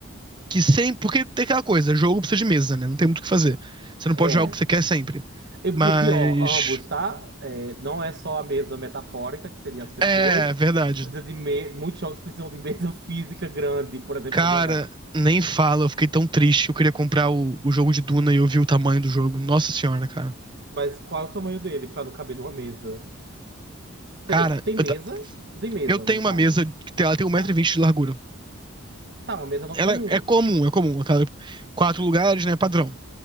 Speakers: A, on the right; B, on the right.
A: que sempre. Porque tem aquela coisa, jogo precisa de mesa, né? Não tem muito o que fazer. Você não pode
B: É.
A: jogar o que você quer sempre.
B: E,
A: Mas.
B: e o pior, ambos, tá? É, não é só a mesa metafórica, que seria as pessoas.
A: É, verdade.
B: Precisa de me... Muitos jogos precisam de mesa <laughs> física grande, por exemplo,
A: Cara,
B: pra jogar.
A: nem fala, eu fiquei tão triste. Eu queria comprar o, o jogo de Duna e eu vi o tamanho do jogo. Nossa senhora, cara.
B: Mas qual é o tamanho dele pra não caber numa mesa? Quer
A: Cara,
B: dizer, tu tem
A: eu,
B: mesa?
A: ta-
B: Tu tem mesa,
A: eu tenho
B: no
A: uma
B: caso.
A: mesa que tem- ela tem um metro
B: Tá.
A: e vinte de largura.
B: Tá, uma mesa no-
A: Ela
B: comum.
A: é comum, é comum. aquela- Quatro lugares, né? Padrão.